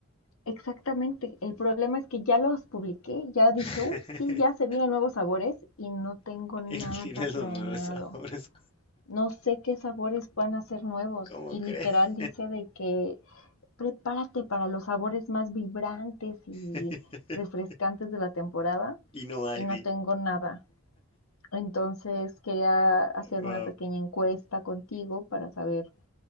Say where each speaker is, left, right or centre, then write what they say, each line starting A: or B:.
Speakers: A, on the left; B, on the left.
A: exactamente, el problema es que ya los publiqué, ya dije,
B: <laughs>
A: uh, sí, ya se vienen nuevos sabores y no tengo nada
B: Y no tienes
A: planeado.
B: los nueve sabores.
A: No sé qué sabores van a ser nuevos
B: ¿Cómo
A: y
B: crees?
A: literal dice de que Prepárate para los sabores más vibrantes y
B: <laughs>
A: refrescantes de la temporada
B: Y no hay,
A: y no
B: di.
A: tengo nada. Entonces quería hacer
B: Wow.
A: una pequeña encuesta contigo para saber